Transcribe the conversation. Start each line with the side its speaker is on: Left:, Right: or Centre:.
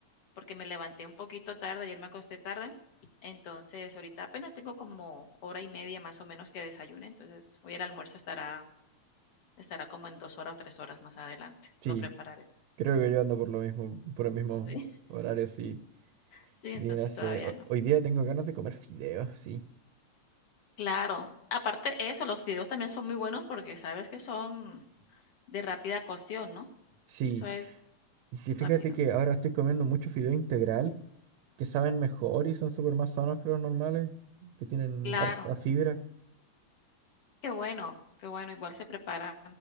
Left: porque me levanté un poquito tarde, ayer me acosté tarde. Entonces, ahorita apenas tengo como hora y media más o menos que desayune. Entonces, hoy el almuerzo estará, estará como en dos horas o tres horas más adelante.
Right: sí,
Left: Lo prepararé.
Right: creo que yo ando por lo mismo, por el mismo
Left: Sí, <laughs>
Right: horario, sí.
Left: sí, entonces
Right: Y no sé,
Left: todavía
Right: ho-
Left: no.
Right: hoy día tengo ganas de comer fideos, sí.
Left: Claro. Aparte eso, los fideos también son muy buenos porque sabes que son de rápida cocción, ¿no?
Right: Sí.
Left: Eso es
Right: Y sí, fíjate
Left: rápido.
Right: que ahora estoy comiendo mucho fideo integral, que saben mejor y son súper más sanos que los normales, que tienen
Left: Claro.
Right: harta fibra.
Left: Qué bueno, qué bueno, igual se preparan